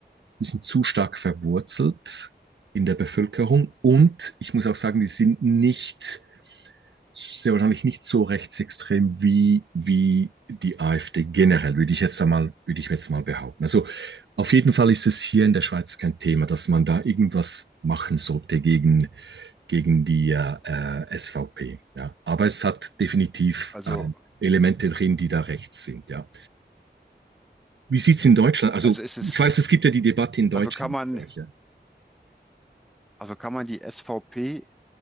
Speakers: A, on the right; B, in the centre.
A: die sind zu stark verwurzelt in der Bevölkerung und ich muss auch sagen, die sind nicht sehr wahrscheinlich nicht so rechtsextrem wie, wie die AfD generell, würde ich jetzt einmal, würde ich jetzt mal behaupten. Also auf jeden Fall ist es hier in der Schweiz kein Thema, dass man da irgendwas machen sollte gegen, gegen die äh, SVP. Ja. Aber es hat definitiv
B: Also,
A: äh, Elemente drin, die da rechts sind. Ja. Wie sieht's in Deutschland? Also
B: also ist es,
A: ich weiß, es gibt ja die Debatte in Deutschland.
B: also kann man,
A: Ja.
B: also kann man die SVP